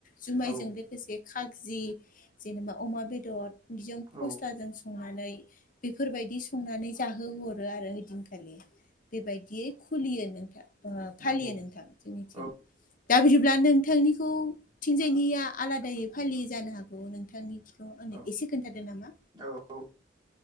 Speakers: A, on the left; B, on the right.
A: जुमायजों
B: औ
A: लोगोसे खाजजि जेनेबा अमा बेदर बिजों
B: औ
A: फस्ताजों संनानै बेफोरबायदि संनानै जाहोहरो आरो ओइदिनखालि बेबायदि खुलियो नोंथां ओ फालियो
B: नंगौ
A: नोंथां जोंनिथिं।
B: औ
A: दा बिदिब्ला नोंथांनिखौथिंजायनिया आलादायै फालियै जानो हागौ नोंथांनि थिखौ
B: औ
A: एसे खोन्थादो नामा?
B: औ औ